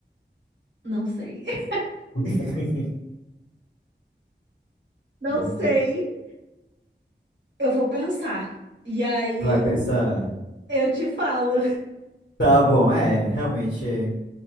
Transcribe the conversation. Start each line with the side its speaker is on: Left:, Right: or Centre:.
Right: Não sei. <laughs>
Left: <laughs>
Right: Não
Left: Hum,
Right: sei. Eu vou pensar. E aí
Left: Tu
Right: eu
Left: vai pensar.
Right: Eu te falo.
Left: Tá bom, é, realmente